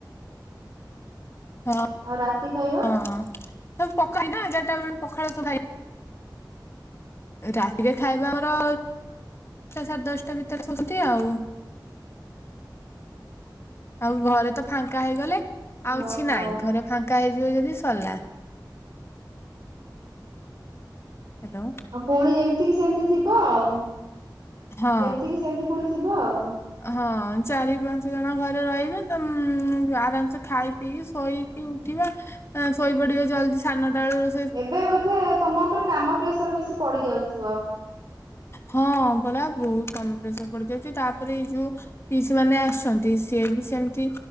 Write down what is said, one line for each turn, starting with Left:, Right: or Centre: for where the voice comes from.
Left: ହଁ।
Right: ଆଉ ରାତି ଖାଇବା?
Left: ହଁ ସବୁ ପଖାଇ ନା ଏଗାରଟା ବେଳେ ପଖାଳ ସବୁା ଖାଇ ରାତିରେ ଖାଇବା ମର ସାର ଦଶଟା ଭିତରେ ଶୁନ୍ତି ଆଉ।
Right: ସ
Left: ଆଉ ଘରେ ତ ଫାଙ୍କା ହେଇଗଲେ ଆଉଛି
Right: ଓହୋ
Left: ନାଇଁ ଘରେ ଫାଙ୍କା ହେଇଯିବ ଯଦି ସଲା। ହାଲୋ।
Right: ଉ ପୁଣି ଯେମିତି କିି ସେମିତି ଥିବ ଆଉ।
Left: ହଁ
Right: ଯେମିତି କିି ସେମିତି ପୁଣି ଥିବ ଆଉ।
Left: ହଁ ଚାରି ପାଞ୍ଚ ଜଣ ଘରେ ରହିବେ ତ ଆରାମସେ ଖାଇ ପିଇ ଶୋଇ ଉଠିବ ଆଁ ଶୋଇପଡିବେ ଜଲ୍ଦି ସାନଟାଳୁ ର
Right: ଏବେ ବୋଧେ ତମ ଉପରେ କାମ ପ୍ରେସର ବେଶୀ ପଡି ଯାଉଥିବ।
Left: ହଁ ବଲା ବହୁତ କାମ ପ୍ରେସର ପଡି ଯାଉଛି। ତାପରେ ଏଇ ଯୋ ପିଶି ମାନେ ଆସଛନ୍ତି ସିଏ ବି ସେମିତି